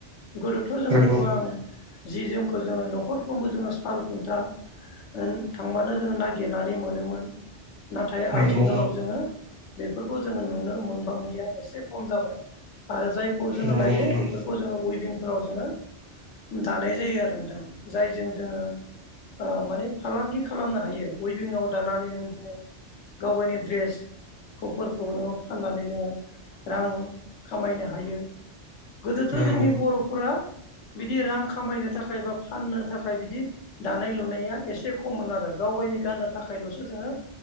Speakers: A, on the left; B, on the right.
A: गोदोथ' जोङो
B: नंगौ
A: गोबां जि जोमखौ जोङो न'खरफ्रोमबो जोङो साल खुन्था ओ थांबानो जोङो नागिरनानै मोनोमोन नाथाय
B: नंगौ
A: आथिखालाव जोङो बेफोरखौ जोङो नुनो मोनबांलिया एसे खम जाबाय आरो जायखौ जोङो
B: नंगौ
A: दायो
B: नोंथां
A: बेफोरखौ जोङो उइभिंफोराव जोङो दानाय जायो आरो नोंथां जायजों जोङो माने फालांगि खालामनो हायो उइभिंआव दानानै नों बिदिनो गाव गावनि ड्रेस फोरखौ नोङो फाननानै जोङो रां खामायनो हायो गोदोथ'
B: नंगौ
A: जोंनि बर'फोरा बिदि रां खामायनो थाखाय बा फाननो थाखाय बिदि दानाय लु नाया एसे खममोन आरो गाव गावनि गाननो थाखायल'सो जोङो